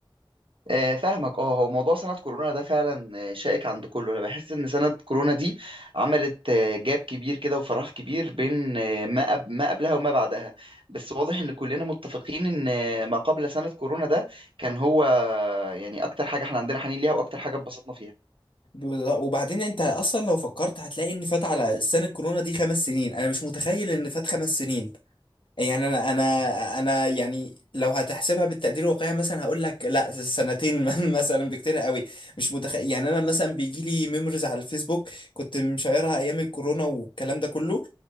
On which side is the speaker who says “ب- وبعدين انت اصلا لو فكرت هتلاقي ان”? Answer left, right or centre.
Left